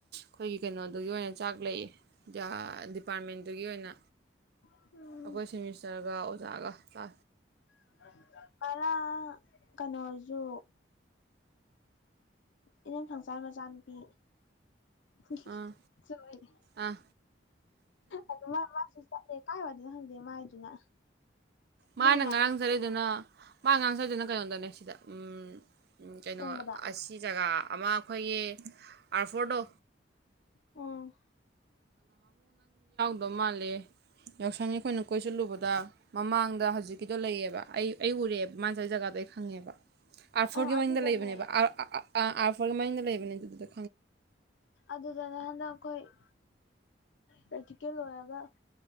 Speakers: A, on the right; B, on the left.
A: ꯈꯣꯏꯒꯤ ꯀꯩꯅꯣꯗꯨꯒꯤ ꯑꯣꯏꯅ ꯆꯥꯛ ꯂꯩꯌꯦ ꯗꯤꯄꯥꯔꯠꯃꯦꯟꯇꯨꯒꯤ ꯑꯣꯏꯅ
B: ꯎꯝ
A: ꯑꯩꯈꯣꯏ ꯁꯦꯃꯤꯁꯇꯔꯒ ꯑꯣꯖꯥꯒ ꯆꯥ
B: <unintelligible> ꯀꯩꯅꯣꯁꯨ ꯏꯅꯝ ꯐꯪꯆꯥꯥꯔ ꯃꯆꯥꯅꯨꯄꯤ ꯍꯤ ꯍꯤ
A: ꯑꯥ
B: ꯍꯤ ꯂ‌ꯑꯣꯏꯔꯦ
A: ꯑꯥ
B: ꯑꯗꯑꯣ ꯃꯥꯏ ꯃꯥꯁꯨ ꯆꯠꯂꯦ ꯀꯥꯏꯋꯥꯏꯗꯩꯅꯣ ꯈꯪꯗꯦ ꯃꯥꯏꯗꯨꯅ
A: ꯃꯥꯅ
B: ꯃꯣꯏ ꯃꯃꯥꯟꯅꯕꯤ
A: ꯉꯔꯥꯡ ꯆꯠꯂꯤꯗꯨꯅ ꯃꯥ ꯉꯥꯔꯡꯆꯠꯂꯤꯗꯨꯅ ꯀꯩꯅꯣꯗꯅꯦ ꯗꯥ ꯎꯝ ꯎꯝ ꯀꯩꯅꯣ
B: ꯎꯪꯕꯗ
A: ꯑꯁꯤ ꯖꯒꯥ ꯑꯃ ꯑꯩꯈꯣꯏꯒꯤ ꯑꯥꯔ ꯐꯣꯔ ꯗꯣ
B: ꯎꯝ
A: ꯑꯗꯨꯗ ꯃꯥꯂꯦ ꯌꯥꯎꯁꯪꯒꯤ ꯑꯩꯈꯣꯏꯅ ꯀꯣꯏ ꯆꯠꯂꯨꯕꯗ ꯃꯃꯥꯡꯗ ꯍꯧꯖꯤꯛꯀꯤꯗꯣ ꯂꯩꯌꯦꯕ ꯑꯩ ꯑꯩ ꯎꯔꯦ ꯃꯥꯅ ꯆꯠꯂꯤ ꯖꯒꯥꯗꯣ ꯑꯩ ꯈꯪꯉꯦꯕ ꯑꯔ ꯐꯣꯔꯒꯤ
B: ꯑꯣ
A: ꯃꯅꯤꯡꯗꯥ
B: ꯑꯗꯨꯗꯅꯦ
A: ꯂꯩꯕꯅꯦꯕꯥ ꯑꯔ ꯑꯥ ꯑꯥ ꯑꯥ ꯑꯥꯔ ꯐꯣꯔꯒꯤ ꯃꯅꯤꯡꯗ ꯂꯩꯕꯅꯦ ꯑꯗꯨ ꯗꯨ ꯗ
B: ꯑꯗꯨꯗꯅꯦ ꯍꯟꯗꯛ ꯑꯩꯈꯣꯏ ꯄ꯭ꯔꯛꯇꯤꯀꯦꯜ ꯂꯣꯏꯔꯒ